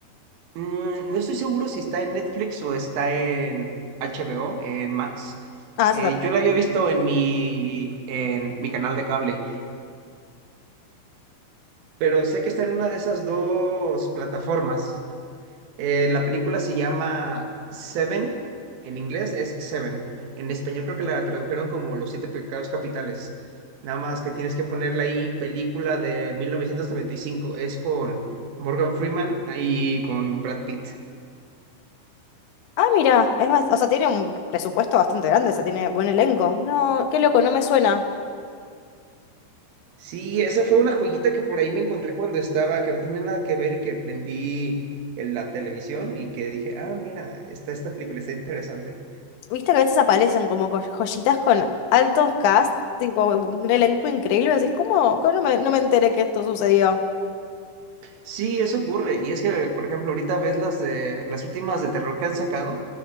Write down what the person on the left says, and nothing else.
Ah, esa
está.
Ah, mira, es bas- o sea, tiene un presupuesto bastante grande, o sea, tiene buen elenco. No, qué loco, no me suena.
Viste que a veces aparecen como co- joyitas con altos cast, tipo un elenco increíble, y decís, ¿cómo? ¿Cómo no me, no me enteré que esto sucedió?